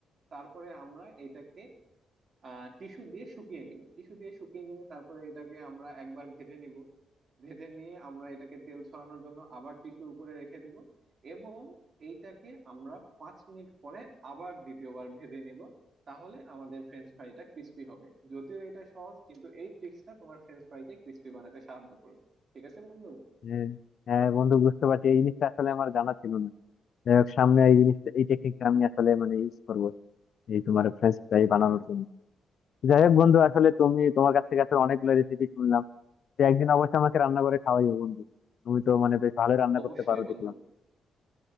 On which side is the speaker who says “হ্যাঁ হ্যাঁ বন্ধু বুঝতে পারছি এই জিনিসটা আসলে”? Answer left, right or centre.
Left